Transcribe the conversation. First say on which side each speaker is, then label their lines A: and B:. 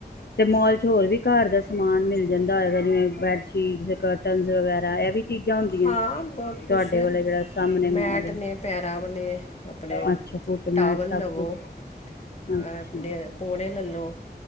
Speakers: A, on the left; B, on the left.
A: ਤੇ ਮੋਲ ਚ ਹੋਰ ਵੀ ਘਰ ਦਾ ਸਮਾਨ ਮਿਲ ਜਾਂਦਾ ਹੈਗਾ ਜਿਵੇਂ ਬੈਡਸ਼ੀਟ ਨ ਵਗੈਰਾ ਇਹ ਵੀ ਚੀਜ਼ਾਂ ਹੁੰਦੀਆਂ
B: ਹਾਂ ਬਹੁਤ ਕੁਛ
A: ਤੁਹਾਡੇ
B: ਹੈ
A: ਕੋਲ ਜਿਹੜਾ ਸਮਣੇ ਮਲ
B: ਮੈਟ ਨੇ ਪੈਰਾਂ ਵਾਲੇ ਆਪਣੇ
A: ਅੱਛਾ ਟਮੈਂਟ
B: ਟਾਵਲ
A: ਸਭ
B: ਲਵੋ
A: ਕੁਛ
B: ਅਹ
A: ਅੱਛਾ
B: ਪਣੇ ਲੱਲੋ